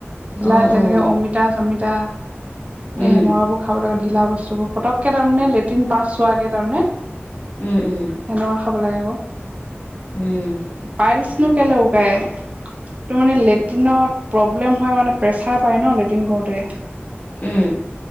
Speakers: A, on the right; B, on the left.
A: ঢিলা
B: অ
A: যেনেকে
B: অ
A: অমিতা চমিতা
B: উম
A: সেই সেনোৱাবোৰ৷ খাব লাগে ঢিলা বস্তুবোৰ পতকে তাৰমানে লেট্ৰিন পাছ হোৱা কে তাৰমানে।
B: উম উম
A: সেনেকুৱা খাব লাগে আক
B: উম
A: পাইলচ তঝ কেলৌ ওকায়। ত মানে লেট্ৰিনত প্ৰব্লেম হ কাৰণে প্ৰেচাৰ পাই ন লেট্ৰিন কৰোতে।
B: উম।